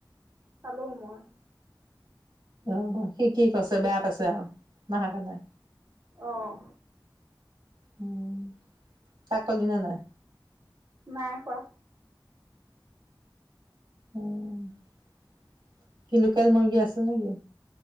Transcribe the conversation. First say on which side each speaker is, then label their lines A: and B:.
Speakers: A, on the right (about 40°); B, on the right (about 80°).
A: পালো মই।
B: অহ ', সি কি কৈছে বেয়া পাইছে আহ', নাহা কাৰণে।
A: অহ ',
B: উম', তাকলি ন নাই?
A: নাই কোৱা।
B: উম ', কি লোকাল মুৰ্গী আছিল নেকি?